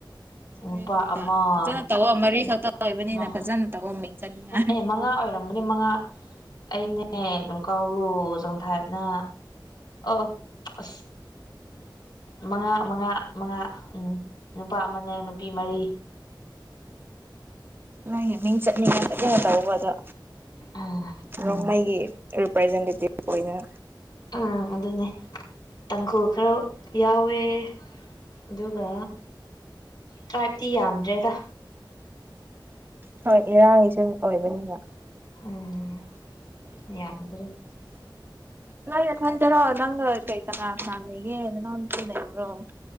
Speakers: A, on the right (about 25°); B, on the left (about 60°).
A: ꯑ
B: ꯅꯨꯄꯥ
A: ꯃꯔꯤ ꯈꯛꯇ
B: ꯑꯃ
A: ꯐꯖꯅ ꯇꯧꯑꯣ ꯃꯔꯤ
B: ꯅꯨꯄꯥ
A: ꯈꯛꯇ ꯑꯣꯏꯕꯅꯤꯅ
B: ꯑꯃ
A: ꯐꯖꯅ ꯇꯧꯑꯣ ꯃꯤꯡ ꯆꯠꯅꯤꯡꯉꯥꯏ
B: ꯑꯦ ꯃꯉꯥ ꯑꯣꯏꯔꯝꯒꯅꯤ ꯃꯉꯥ ꯑꯩꯅꯦ ꯑꯗꯨꯝ ꯀꯥꯎꯔ ꯂꯣꯖꯪ ꯊꯥꯏꯕꯅ ꯑ ꯑ ꯃꯉꯥ ꯃꯉꯥ ꯃꯉꯥ ꯎꯝ ꯅꯨꯄꯥ ꯑꯃꯅꯦ ꯅꯨꯄꯤ ꯃꯔꯤ
A: ꯅꯪ ꯃꯤꯡ ꯆꯠꯅꯤꯡꯉꯥꯏ ꯆꯠꯅꯤꯡꯉ ꯇꯧꯕ ꯑꯗꯣ
B: ꯎꯝ
A: ꯔꯣꯡꯃꯥꯏꯒꯤ ꯔꯤꯄ꯭ꯔꯖꯦꯟꯇꯦꯇꯤꯚ ꯑꯣꯏꯅ
B: ꯎꯝ ꯑꯗꯨꯅꯦ ꯇꯥꯡꯈꯨꯜ ꯈꯔ ꯌꯥꯎꯋꯦ ꯑꯗꯨꯒ ꯇ꯭ꯔꯥꯏꯞꯇꯤ ꯌꯥꯝꯗ꯭ꯔꯦꯗ
A: ꯍꯣꯏ ꯏꯔꯥꯡꯒꯤꯁꯨ ꯑꯣꯏꯕꯅꯤꯅ
B: ꯎꯝ ꯌꯥꯝꯗ꯭ꯔꯦ
A: ꯅ ꯇꯔꯣ ꯅꯪ ꯀꯩ ꯀꯅꯥ ꯁꯥꯟꯒ ꯅ ꯆꯕꯣ